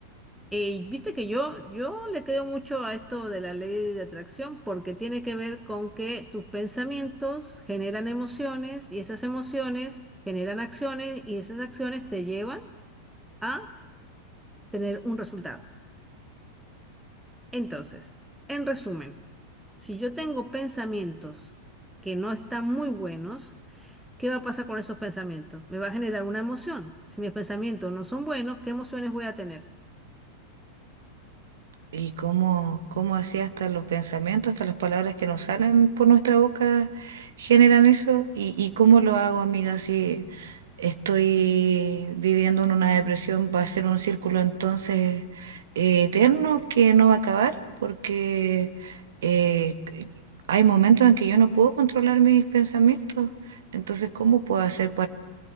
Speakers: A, in the centre; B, on the right.
A: eh, viste que yo, yo le creo mucho a esto de la ley de atracción porque tiene que ver con que tus pensamientos generan emociones y esas emociones generan acciones y esas acciones te llevan a tener un resultado. Entonces, en resumen, si yo tengo pensamientos que no están muy buenos, ¿qué va a pasar con esos pensamientos? Me va a generar una emoción. Si mis pensamientos no son buenos, ¿qué emociones voy a tener?
B: Y cómo, cómo así hasta los pensamientos, hasta las palabras que nos salen por nuestra boca generan eso. Y, y cómo lo hago, amiga, si estoy viviendo en una depresión, va a ser un círculo entonces eh, eterno que no va a acabar, porque eh, c- hay momentos en que yo no puedo controlar mis pensamientos. Entonces, ¿cómo puedo hacer